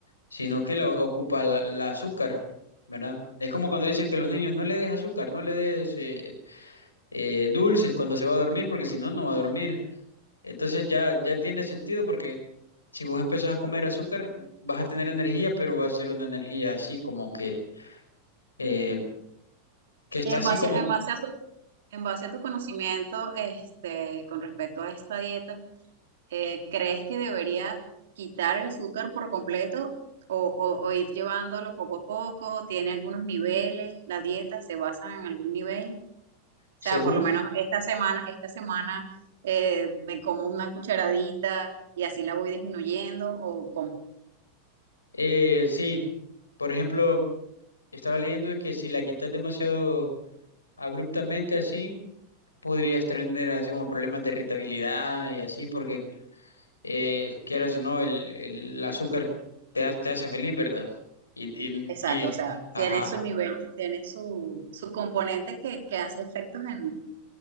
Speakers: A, on the left; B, on the right.
A: sino que la ocupa la, la azúcar, ¿verdad? Es como cuando dicen que los niños no le des azúcar, no le des eh, eh, dulces cuando se va a dormir, porque si no, no va a dormir. Entonces ya, ya tiene sentido porque si vos empezás a comer azúcar, vas a tener energía, pero va a ser una energía así como que, eh, que está
B: y En
A: así
B: base,
A: como...
B: en base a tu, en base a tu conocimiento, este, con respecto a esta dieta, eh, ¿crees que debería quitar el azúcar por completo o, o- o ir llevándolo poco a poco? ¿Tiene algunos niveles? ¿La dieta se basa en algún nivel? O
A: Según,
B: sea, por lo menos esta semana, esta semana eh, me como una cucharadita y así la voy disminuyendo o cómo?
A: eh, sí, por ejemplo, estaba leyendo de que si la quitas demasiado abruptamente así, podrías tener así como problemas de irritabilidad y así, porque eh, quieras o no, el, el azúcar te, ha- te hace feliz, ¿verdad? Y, y,
B: Exacto,
A: y-
B: o sea, tiene
A: ajá.
B: su nivel, tiene su, su componente que, que hace efectos en,